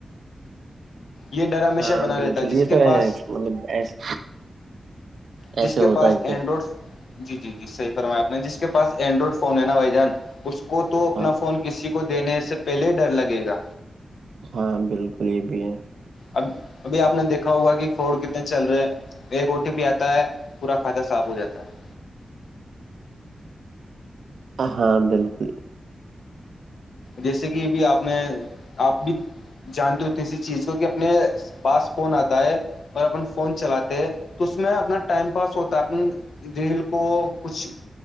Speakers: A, on the left; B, on the right.
A: یہ ڈر ہمیشہ
B: ہاں
A: بنا
B: بالکل
A: رہتا ہے جس
B: یہ تو
A: کے
B: ہے
A: پاس
B: مطلب ایسے
A: جس
B: ایسے
A: کے
B: ہوتا
A: پاس
B: ہے کہ
A: اینڈرائڈ جی جی جی صحی فرمایا آپ نے جس کے پاس اینڈرائڈ فون ہے نا بھائی جان اس کو تو اپنا
B: ہاں
A: فون کسی کو دینے سے پہلے ہی ڈر لگے گا
B: ہاں بالکل یہ بھی ہے
A: اب ابھی آپ نے دیکھا ہوگا کہ فورڈ کتنے چل رہے ہیں ایک او ٹی پی آتا ہے پورا کھاتا صاف ہو جاتا ہے
B: ہاں بالکل
A: جیسے کہ بھی آپ نے آپ بھی جانتے ہو اسی چیز کو کہ اپنے پاس کون آتا ہے اور اپن فون چلاتے تو اس میں اپنا ٹائم پاس ہوتا اپ دل کو کچھ